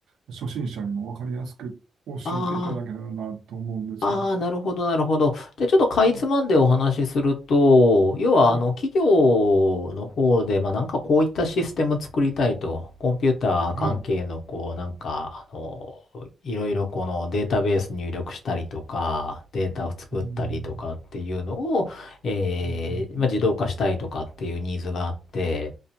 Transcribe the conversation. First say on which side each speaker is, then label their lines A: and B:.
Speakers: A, on the right; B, on the left.
A: 初心者にもわかりやすく教えていただけたらなと思うんですけど。
B: ああ。ああ、なるほど、なるほど。じゃあ、ちょっとかいつまんでお話しすると、
A: うん
B: 要は、
A: はい、
B: あの、企業の方で、まあ、なんかこういったシステム作りたいと、コンピューター関係の、
A: はい。う
B: こう、なんか、あの、いろいろこのデータベース入力したりとか、データを作ったりとかっていうのを、
A: ん、
B: えー、
A: うん、うん、
B: まあ、自動化したいとかっていうニーズがあって、
A: うん、